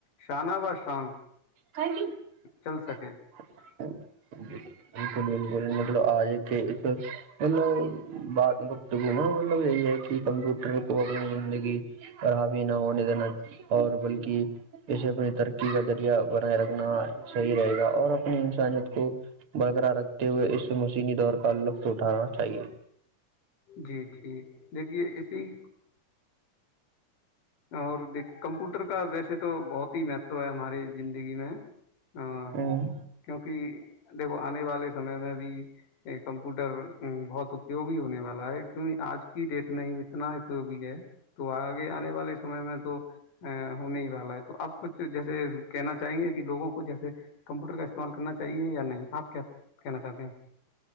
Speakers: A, on the left; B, on the right.
A: شانہ بہ شان
B: <inaudible>
A: چل سکے
B: مطلب آجے تھ مطلب بات میں مطلب یہی ہے کہ کمپیوٹر کو اپنی زندگی پر ہاوے نہ ہونے دینا اور بلکہ اسے اپنی ترقی کا ذریعہ بنائے رکھنا صحیح رہے گا اور اپنی انسانیت کو برقرار رکھتے ہوئے اس سے مسینی دور کا لطف اٹھانا چاہیے
A: جی جی دیکھیے ایسے ہی اور کمپیوٹر کا ویسے تو بہت ہی میتھ تو ہے ہماری زندگی میں ہ
B: ہوں
A: کیونکہ دیکو آنے والے سمے میں بھی کمپیوٹر بہت اپیگی ہونے والے ا کیک آج کی ڈیٹ میں اتنا اپیوگی ہے تو آگے آنے والے سمے میں تو ہو نہیں ہی والا ہے تو آپ کچھ جیسے کہنا چاہیں گے کہ لوگوں کو جیسے کمپیوٹر کا استعمال کرنا چاہیے یا نہیں آپ کیا کہنا چاہتے ہیں